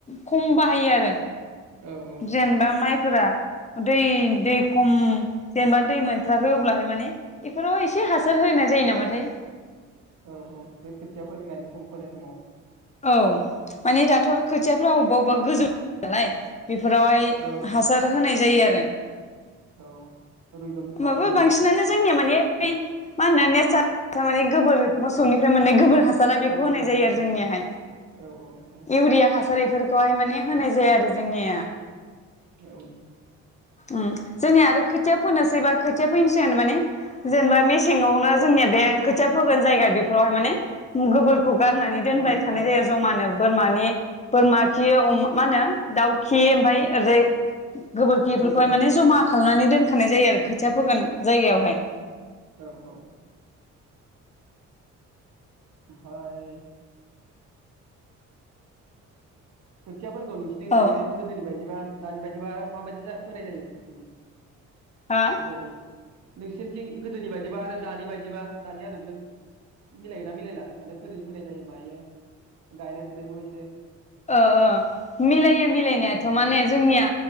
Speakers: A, on the left; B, on the right.
A: खम बाहायो आरो
B: औ औ
A: जेनबा माइ फोरा दै दै खम जेनेबा दै मोनथाराखै अब्लाहाय माने बेफोराव एसे हासार होनाय जायो नामाथाय
B: औ औ बे खोथियाफोर गायनाय सम फोनाय समाव
A: औ माने दाथ आरो खोथियाफोराव अबबा गोजौ नालाय बेफोरावहाय
B: औ
A: हासार होनाय जायो आरो
B: औ रुइदब
A: होमबाबो
B: मानोबो
A: बांसिनानो जोंनिया माने बे मा होनो नेचार माने गोबोर मोसौनिफ्राय मोननाय गोबोर हासारा बेखौ होनाय
B: गोबोरखो
A: जायो आरो जोंनियाहाय
B: औ औ औ
A: इउरिया हासार एफोरखौहाय माने होनाय जाया आरो जोंनिया
B: औ
A: उम जोंनिया आरो खोथिया फोनोसै बा खोथिया फैनोसै माने जेनेबा मेसेंआवनो जोंनिया बे खोथिया फोगोन जायगा बेफोरावहाय माने गोबोर खौ गारनानै दोनबाय
B: औ
A: थांनाय
B: गारा जाखाया
A: जायो आरो। बोरमानि बोरमा खि अमा। मा होनो दाउखि ओमफाय। ओदै। गोबोरखिफोरखौहाय
B: गोबोर
A: माने जमा खालामनानै दोन। खानाय जायो आरो खोथिया फोगोन जायगायावहाय।
B: औ -औ।। हाय खोथियाफोरखौ नोंसिनि
A: औ
B: दायो गोदोनि बायदिबा दानि बायदिबा माबायदि जा फोनाय जायो नों सोरबिथिं।
A: हा
B: बोरै नोंसोरनिथिं गोदोनि बायदिबा आरो दानि बायदिबा दानि आदबजों मिलायगोना- मिलायला माने बोरै फैानाय जायो मायो। गायनाय फुनायखौ इसे
A: अ ओ मिलायो मिलायनायाथ' माने। जोंनिया